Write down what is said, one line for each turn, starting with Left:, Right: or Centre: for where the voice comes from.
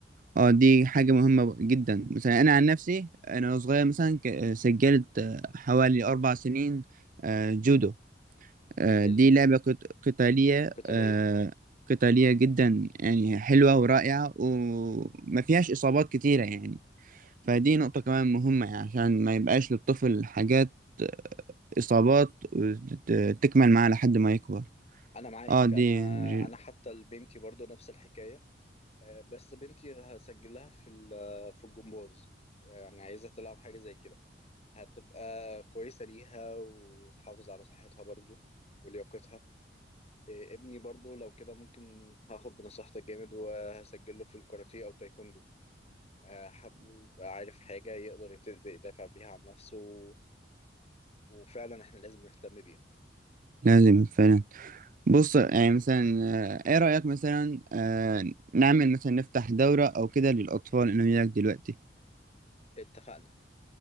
Right: اه دي حاجة مهمة ب- جدا مثلا أنا عن نفسي أنا وأنا صغير مثلا ك- آه، سجلت آه، حوالي أربع سنين آه، جودو آه،
Left: حلو
Right: دي لعبة قت- قتالية
Left: قتالية
Right: آه، قتالية جدا يعني حلوة ورائعة وما فيهاش إصابات كتيرة يعني فدي نقطة كمان مهمة يعني عشان ما يبقاش للطفل حاجات آه، إصابات وتكمل معاه لحد ما يكبر
Left: انا معاك
Right: اه دي
Left: انا
Right: ج-
Left: انا حتى لبنتي برضو نفس الحكاية آه، بس بنتي هسجلها في ال- في الجمباز يعني عايزة تلعب حاجة زي كده هتبقى كويسة ليها وتحافظ على صحتها برضو ولياقتها إيه، ابني برضو لو كده ممكن هاخد بنصيحتك جامد وهسجله في الكاراتيه او تايكوندو آه، حبه يبقى عارف حاجة يقدر يت- يدافع بيها عن نفسه و- وفعلا احنا لازم نهتم بيهم
Right: لازم فعلا بص يعني مثلا آه، ايه رأيك مثلا آه، نعمل مثلا نفتح دورة او كده للأطفال اللي هناك دلوقتي
Left: اتفقنا